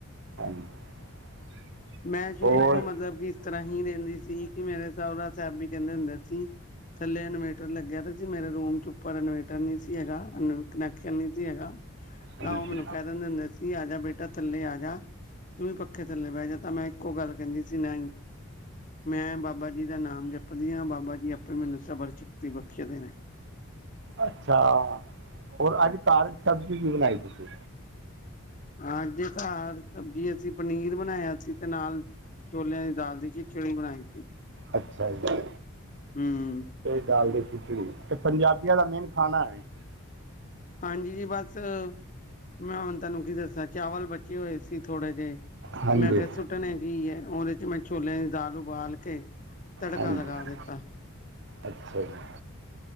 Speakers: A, on the right; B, on the left.
A: <unintelligible>
B: ਮੈਂ ਸ਼ੁਰੂ
A: ਹੋਰ
B: ਤੋਂ ਮਤਲਬ, ਕਿ ਇਸ ਤਰ੍ਹਾਂ ਹੀ ਰਹਿੰਦੀ ਸੀ ਕਿ ਮੇਰੇ ਸਹੁਰਾ ਸਾਹਿਬ ਵੀ ਕਹਿੰਦੇ ਹੁੰਦੇ ਸੀ ਥੱਲੇ ਇਨਵੇਰਟਰ ਲੱਗਿਆ ਤੇ ਸੀ ਮੇਰੇ ਰੂਮ ਚ ਉੱਪਰ ਇਨਵੇਟਰ ਨਹੀਂ ਸੀ ਹੈਗਾ, ਕਨੈਕਸ਼ਨ ਨਹੀਂ ਸੀ ਹੈਗਾ
A: ਹਾਂਜੀ
B: ਤਾਂ ਉਹ ਮੈਨੂੰ ਕਹਿ ਦਿੰਦੇ ਹੁੰਦੇ ਸੀ, ਆਜਾ ਬੇਟਾ ਥੱਲੇ ਆ ਜਾ ਤੂੰ ਵੀ ਪੱਖੇ ਥੱਲੇ ਬਹਿ ਜਾ ਤਾਂ ਮੈਂ ਇੱਕੋ ਗੱਲ ਕਹਿੰਦੀ ਸੀ ਨਈ ਹੀ ਮੈਂ ਬਾਬਾ ਜੀ ਦਾ ਨਾਮ ਜਪਦੀ ਹਾਂ, ਬਾਬਾ ਜੀ ਆਪੇ ਮੈਨੂੰ ਸਬਰ ਸਕਤੀ ਬਖਸ਼ਦੇ ਨੇ
A: ਅੱਛਾ, ਹੋਰ ਅੱਜ ਘਰ ਸਬਜ਼ੀ ਕਿ ਬਣਾਈ ਤੁਸੀਂ?
B: ਹਾਂਜੀ ਹਾ, ਘਰ ਸਬਜ਼ੀ ਅਸੀਂ ਪਨੀਰ ਬਣਾਇਆ ਸੀ, ਤੇ ਨਾਲ ਛੋਲਿਆਂ ਦੀ ਦਾਲ ਦੀ ਖਿਚੜੀ ਬਣਾਈ ਸੀ।
A: ਅੱਛਾ ਜੀ।
B: ਹੂੰ,
A: ਦਾਲ ਤੇ ਖਿੱਚੜੀ, ਇਹ ਪੰਜਾਬੀਆਂ ਦਾ ਮੇਨ ਖਾਣਾ ਹੈ।
B: ਹਾਂਜੀ ਜੀ ਬਸ ਮੈਂ ਹੁਣ ਤੇਨੂੰ ਕੀ ਦੱਸਾਂ ਚਾਵਲ ਬਚੇ ਹੋਏ ਸੀ ਥੋੜੇ ਜਿਹੇ
A: ਹਾਂਜੀ
B: ਮੈਂ ਕਿਹਾ ਸੁੱਟਣੇ ਨੀ ਏ ਉਹਦੇ ਚ ਮੈਂ ਛੋਲਿਆਂ ਦੀ ਦਾਲ ਉਬਾਲ ਕੇ ਤੜਕਾ
A: ਹਾਂਜੀ
B: ਲਗਾ ਦਿੱਤਾ
A: ਅੱਛਾ ਜੀ।